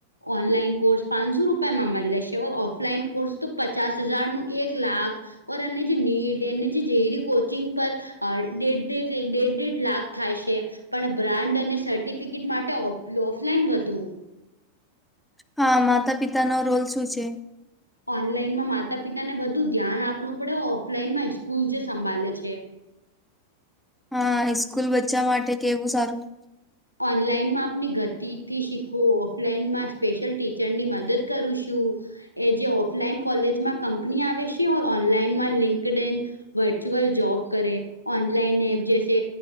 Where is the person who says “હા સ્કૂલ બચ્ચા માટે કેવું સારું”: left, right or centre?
Centre